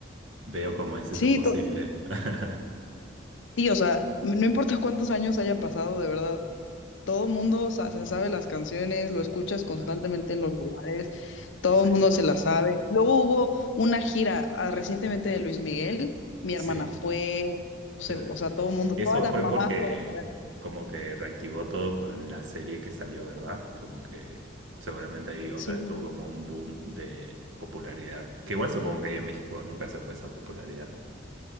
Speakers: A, on the right (about 75°); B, on the left (about 75°).
A: Veo cómo es eso
B: Sí,
A: posible.
B: to-
A: <laughs>
B: sí, o sea, no importa cuántos años haya pasado, de verdad. Todo el mundo sa- se sabe las canciones, lo escuchas
A: Total.
B: constantemente en los lugares, todo
A: Sí,
B: el mundo se las sabe. Luego hubo una gira ah, recientemente de Luis Miguel, mi
A: sí,
B: hermana fue, o sea,
A: claro.
B: o sea, todo el mundo,
A: Eso
B: todas las
A: fue
B: mamás
A: porque
B: fueron a verlo.
A: como que reactivó todo con la serie que salió, ¿verdad? Como que seguramente ahí otra
B: Sí,
A: vez tuvo como un boom de popularidad. Que igual supongo que ahí en México nunca se fue esa popularidad.